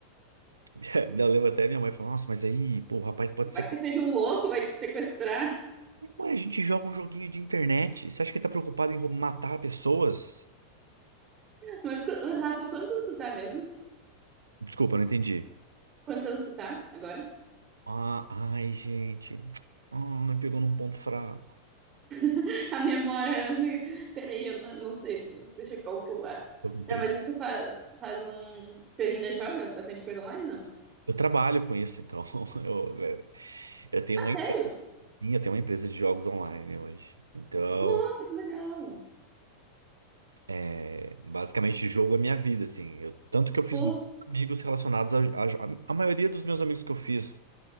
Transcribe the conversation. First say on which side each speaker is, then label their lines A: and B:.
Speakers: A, on the right (about 75°); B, on the right (about 25°).
A: <laughs> eu lembro até minha mãe falou, nossa, mas aí, pô, o rapaz pode ser
B: Vai que seja um louco, vai te sequestrar.
A: Mas a gente joga um joguinho de internet. Você acha que ele tá preocupado em rou- matar pessoas?
B: Mas, qu- ô, Rafa, quantos anos tu tá mesmo?
A: Desculpa, não entendi.
B: Quantos anos tu tá agora?
A: Ah, ai, gente. Ah, me pegou num ponto fraco.
B: <laughs> A memória, assim, peraí, eu não, não sei, deixa eu calcular.
A: Eu, entrei-
B: Não, mas isso faz, faz um. Você ainda joga bastante coisa online, não?
A: eu trabalho com isso, então. <laughs> Eu, eu- eu tenho
B: Ah,
A: uma
B: sério?
A: empresinha, eu tenho uma empresa de jogos online hoje. Então,
B: Nossa, que legal!
A: é, basicamente, jogo é minha vida, assim. Eu- tanto que eu fiz
B: Pô,
A: muitos amigos relacionados a, a, a maioria dos meus amigos que eu fiz,